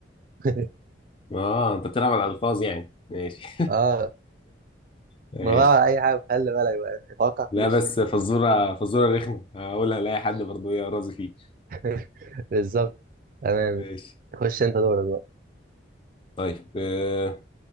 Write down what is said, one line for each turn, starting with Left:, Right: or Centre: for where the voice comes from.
Right: <laughs>
Left: اه انت بتلعب على الالفاظ يعني ماشي
Right: اه
Left: <laughs> ماشي
Right: من غير على اي حاجه خلي بالك بقى اتوقع كل
Left: لا بس
Right: شيء
Left: فزوره فزوره رخمه هقولها لاي حد برضه ايه راضي فيه
Right: <laughs> بالظبط تمام
Left: ماشي
Right: خش انت دورك بقى
Left: طيب آه،